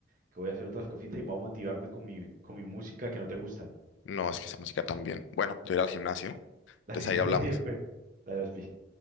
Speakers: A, on the right; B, on the left.
A: que voy a hacer otras cositas y voy a motivarme con mi, con mi música que no te gusta.
B: No, es que esa música también. Bueno, yo iré al gimnasio,
A: <laughs>
B: entonces
A: Dale,
B: ahí hablamos.
A: todo bien, pues. Dale, Ospi.